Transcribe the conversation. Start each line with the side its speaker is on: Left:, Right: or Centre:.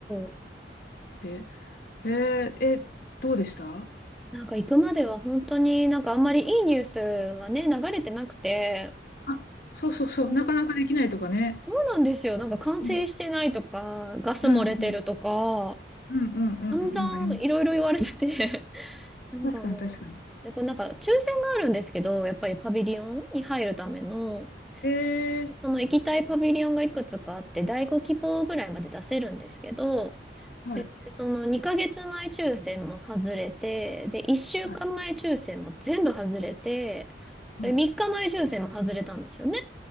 Centre: ー
Left: で、えーえ、どうでした
Centre: なんか行くまでは本当になんかあんまりいいニュースがね、流れてなくて、
Left: あ、そうそうそう、
Centre: おー
Left: なかなかできないとかね。
Centre: そうなんですよ。なんか完成してないとか、
Left: うん、
Centre: ガス漏れてるとか、
Left: うん、うん、うん、うん、うん、
Centre: 散々いろいろ言われてて、
Left: うんあり
Centre: <laughs> なんかもう、
Left: ます。確かに、確かに。
Centre: で、こうなんか抽選があるんですけど、やっぱりパビリオンに入るための、
Left: ええ
Centre: その行きたいパビリオンがいくつかあって、第5希望ぐらいまで出せるんですけど、
Left: はい、
Centre: えその2ヶ月前抽選も外れて、で、1週間前抽選も全部外れて、
Left: はい、はい、
Centre: で3日前抽選も外れたんですよね。